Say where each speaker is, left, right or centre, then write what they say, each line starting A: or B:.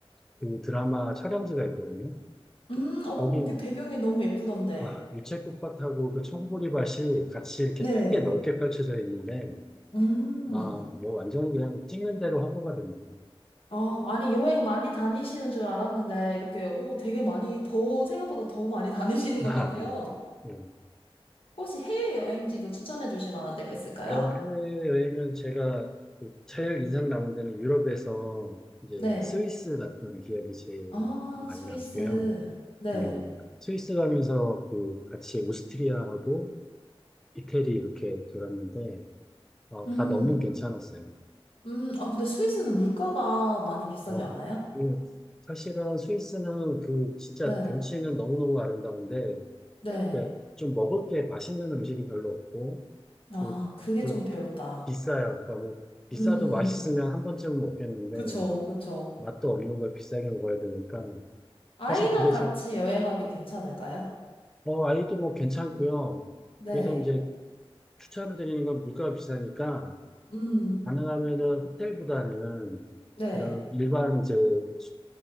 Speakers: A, in the centre; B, on the left.
A: 그 드라마 촬영지가 있거든요.
B: 음, 어,
A: 거기
B: 거기 배경이 너무 예쁘던데.
A: 와, 유채꽃밭하고 그 청보리밭이 같이 이렇게
B: 네.
A: 되게 넓게 펼쳐져 있는데
B: 음.
A: 아, 뭐 완전히 그냥 찍는 대로 화보가 되는 거예요.
B: 아, 아니, 여행 많이 다니시는 줄 알았는데, 이렇게, 오, 되게 많이, 더, 생각보다 더 많이 <laughs> 다니시는
A: <laughs>
B: 것
A: 아하.
B: 같아요.
A: 예.
B: 혹시 해외여행지도 추천해 주실 만한 데가 있을까요?
A: 어, 해외여행은 제가 그 제일 인상 남은 데는 유럽에서 이제
B: 네.
A: 스위스 갔던 기억이 제일
B: 아,
A: 많이
B: 스위스.
A: 남고요.
B: 네.
A: 음, 스위스 가면서 그 같이 오스트리아하고 이태리 이렇게 돌았는데 어,
B: 음.
A: 다 너무 괜찮았어요.
B: 음, 아, 근데 스위스는 물가가 많이 비싸지
A: 어,
B: 않나요?
A: 그 사실은 스위스는 그 진짜
B: 네.
A: 경치는 너무너무 아름다운데
B: 네.
A: 그좀 먹을 게 맛있는 음식이 별로 없고
B: 아,
A: 또,
B: 그게
A: 또
B: 좀 별로다.
A: 비싸요. 그러니까 뭐 비싸도
B: 음, 음.
A: 맛있으면 한 번쯤은 먹겠는데
B: 그쵸, 그쵸.
A: 맛도 없는 걸 비싸게 먹어야 되니까
B: 아이랑
A: 사실 그래서
B: 같이 여행 가기 괜찮을까요?
A: 어, 아이도 뭐 괜찮고요.
B: 네.
A: 그래서 이제 추천을 드리는 건 물가가 비싸니까
B: 음.
A: 가능하면은 호텔보다는
B: 네.
A: 이런 일반 이제 숙-